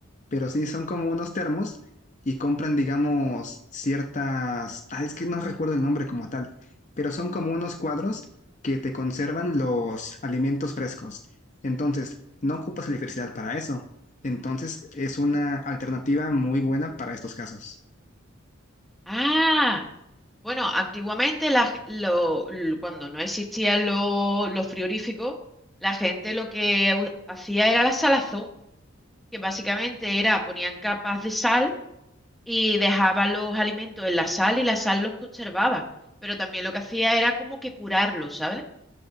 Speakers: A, on the left (about 35°); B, in the centre.
A: pero sí son como unos termos y compran, digamos, ciertas, ah, es que no recuerdo el nombre como tal, pero son como unos cuadros que te conservan los alimentos frescos. Entonces, no ocupas electricidad para eso. Entonces, es una alternativa muy buena para estos casos.
B: Ah. Bueno, antiguamente la g- lo- l- cuando no existían lo- los frigoríficos, la gente lo que u- hacía era la salazón, que básicamente era ponían capas de sal y dejaban los alimentos en la sal y la sal los conservaba, pero también lo que hacía era como que curarlos, ¿sabes?